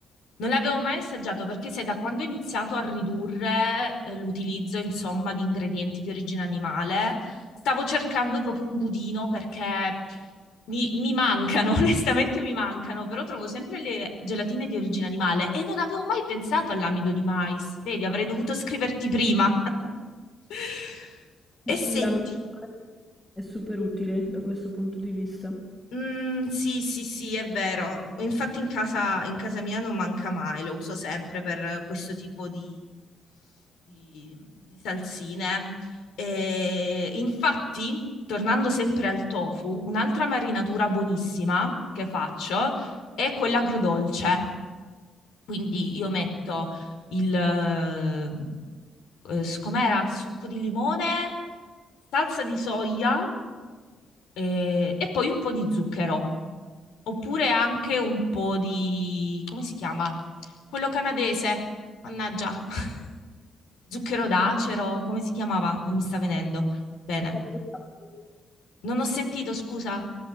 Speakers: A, on the left; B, on the left.
A: Non l'avevo mai assaggiato perché sai, da quando ho iniziato a ridurre eh, l'utilizzo, insomma, di ingredienti di origine animale, stavo cercando proprio un budino perché mi, mi mancano, <laughs> onestamente mi mancano, però trovo sempre le gelatine di origine animale e non avevo mai pensato all'amido di mais. Vedi, avrei dovuto scriverti prima. <laughs>
B: Sì,
A: E senti,
B: sì, la memoria è super utile da questo punto di vista.
A: Mm, sì, sì, sì, è vero. Infatti in casa, in casa mia non manca mai, lo uso sempre per questo tipo di, di- di salsine. E infatti, tornando sempre al tofu, un'altra marinatura buonissima che faccio è quella agrodolce. Quindi io metto il, eh, s- com'era? Succo di limone, salsa di soia eh, e poi un po' di zucchero, oppure anche un po' di, come si chiama? Quello canadese, mannaggia, <laughs> zucchero d'acero, come si chiamava? Non mi sta venendo. Bene,
B: Sciroppo d'acero.
A: non ho sentito, scusa.